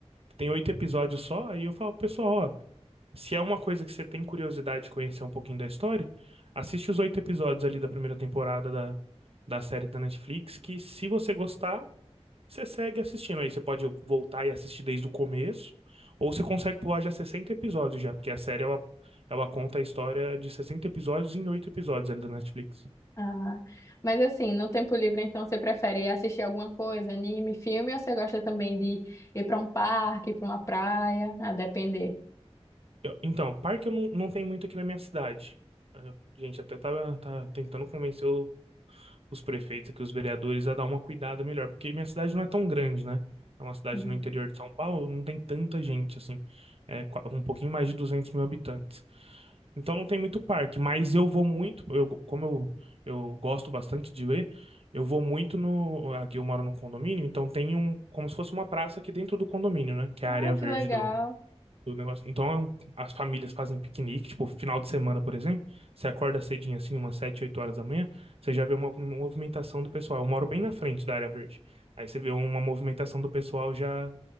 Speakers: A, on the right; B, on the left.
A: Tem oito episódios só, aí eu falo, pessoal, ó, se é uma coisa que você tem curiosidade de conhecer um pouquinho da história, assiste os oito episódios ali da primeira temporada da, da série da Netflix, que se você gostar, você segue assistindo aí, você pode voltar e assistir desde o começo, ou você consegue pular já 60 episódios já, porque a série ela, ela conta a história de 60 episódios em 8 episódios ali da Netflix.
B: Ah, mas assim, no tempo livre então você prefere assistir alguma coisa, anime, filme, ou você gosta também de ir para um parque, para uma praia, a depender?
A: Eu- então, parque eu não, não tem muito aqui na minha cidade. A gente até tá, tá tentando convencer o- os prefeitos aqui, os vereadores, a dar uma cuidada melhor, porque minha cidade não é tão grande, né? É uma cidade
B: Uhum.
A: no interior de São Paulo, não tem tanta gente assim, é qua- um pouquinho mais de 200 mil habitantes. Então não tem muito parque, mas eu vou muito, eu, como eu, eu gosto bastante de ler, eu vou muito no. Aqui eu moro num condomínio, então tem um, como se fosse uma praça aqui dentro do condomínio, né? Que é a
B: Ah,
A: área verde
B: que legal.
A: do, do negócio. Então é um- as famílias fazem piquenique, tipo, final de semana, por exemplo. Você acorda cedinho assim, umas 7, 8 horas da manhã, você já vê uma movimentação do pessoal. Eu moro bem na frente da área verde. Aí você vê uma movimentação do pessoal já